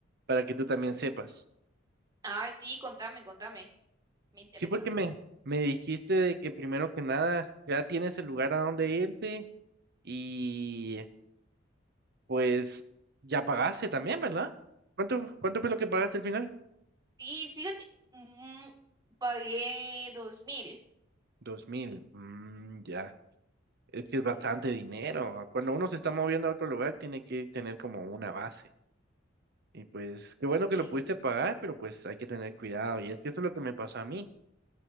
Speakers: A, on the right; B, on the right.
A: para que tú también sepas.
B: Ay, sí, contame, contame. Me interesa.
A: Sí, porque me, me dijiste de que primero que nada ya tienes el lugar a donde irte Y pues ya pagaste también, ¿verdad? ¿Cuánto, cuánto fue lo que pagaste al final?
B: Sí, fíjate, mm, pagué dos mil.
A: Dos mil. Mm, ya. Es que
B: Sí.
A: es bastante dinero. Ah, Cuando uno se está moviendo a otro lugar, tiene que tener como una base. Y pues, qué bueno que
B: Sí.
A: lo pudiste pagar, pero pues hay que tener cuidado. Y es que eso es lo que me pasó a mí.